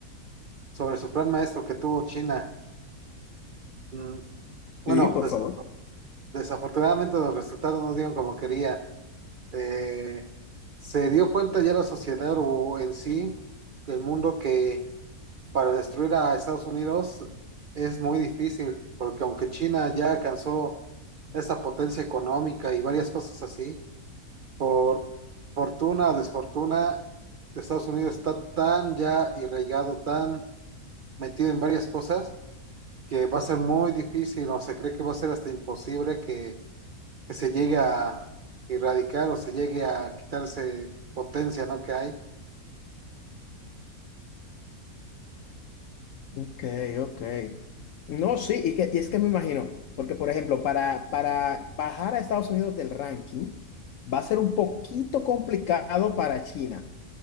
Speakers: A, on the right; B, on the left.
A: sobre su plan maestro que tuvo China. Mm, Bueno,
B: Sí, por
A: des-
B: favor.
A: desafortunadamente los resultados no dieron como quería. Eh, se dio cuenta ya la sociedad o en sí, que el mundo que para destruir a Estados Unidos es muy difícil, porque aunque China ya alcanzó esa potencia económica y varias cosas así, por fortuna o desfortuna, Estados Unidos está tan ya irraigado, tan metido en varias cosas, que va a ser muy difícil o se cree que va a ser hasta imposible que que se llegue a erradicar o se llegue a quitarse potencia, ¿no? Que hay.
B: Ok, ok. No, sí, y, que, y es que me imagino, porque por ejemplo, para, para bajar a Estados Unidos del ranking va a ser un poquito complicado para China,